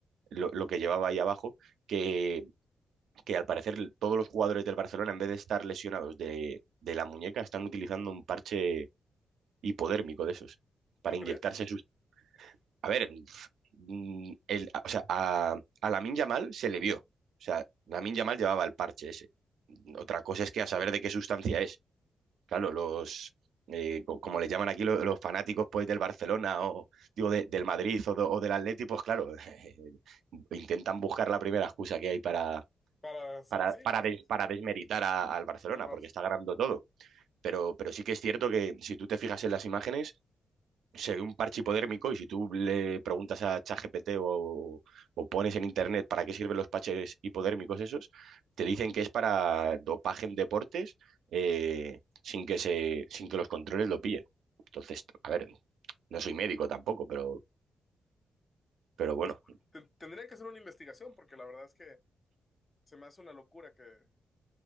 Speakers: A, on the right; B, on the left.
A: lo, lo que llevaba ahí abajo, que, que, al parecer todos los jugadores del Barcelona, en vez de estar lesionados de, de la muñeca, están utilizando un parche hipodérmico de esos para
B: ¿Tú
A: inyectarse
B: crees?
A: sus... A ver, mm, el, o sea, a, a Lamine Yamal se le vio. O sea, Lamine Yamal llevaba el parche ese. Otra cosa es que a saber de qué sustancia es. Claro, los, eh, co- como le llaman aquí lo- los, fanáticos pues del Barcelona o digo de- del Madrid o, do- o del Atleti, pues claro, <laughs> intentan buscar la primera excusa que hay para,
B: Para su...
A: para,
B: Sí,
A: para,
B: pues
A: des-
B: sí, pues
A: para
B: sí,
A: desmeritar a- al Barcelona,
B: al Barça.
A: porque está ganando todo. Pero, pero sí que es cierto que si tú te fijas en las imágenes, se ve un parche hipodérmico y si tú le preguntas a ChatGPT o, o pones en internet para qué sirven los parches hipodérmicos esos, te dicen que es para dopaje en deportes eh, sin que se, sin que los controles lo pillen. Entonces, a ver, no soy médico tampoco, pero, pero bueno,
B: Pues, te- tendría que hacer una investigación porque la verdad es que Se me hace una locura que...